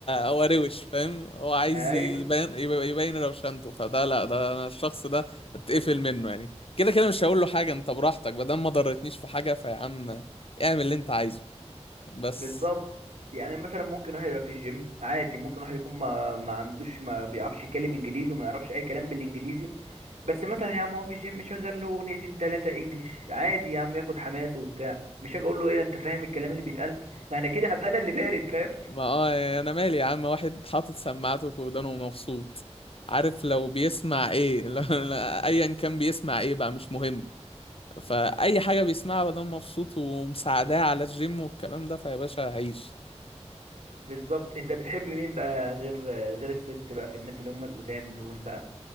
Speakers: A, on the left; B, on the right.
A: هو روش فاهم هو عايز
B: ايوه
A: يبين يبقى يبين روشنته فده لا ده انا الشخص ده اتقفل منه يعني كده كده مش هقول له حاجه انت براحتك ما دام ما ضرتنيش في حاجه فيا عم اعمل اللي انت عايزه بس
B: بالظبط يعني مثلا ممكن واحد يبقى في الجيم عادي ممكن واحد يكون ما, ما عندوش ما بيعرفش يتكلم انجليزي وما يعرفش اي كلام بالانجليزي بس مثلا يا عم هو في الجيم شغال له اغنيتين ثلاثه انجليش عادي يا عم ياخد حماسه وبتاع مش هاجي اقول له ايه ده انت فاهم الكلام اللي بيتقال ما انا كده هبقى انا اللي بارد فاهم
A: ما اه يعني انا مالي يا عم واحد حاطط سماعته في ودانه ومبسوط عارف لو بيسمع ايه <laughs> لو ايا كان بيسمع ايه بقى مش مهم فاي حاجه بيسمعها ما دام مبسوط ومساعداه على الجيم والكلام ده فيا باشا عيش
B: بالظبط انت بتحب مين بقى غير غير الست بقى في الناس اللي هم القدام دول بقى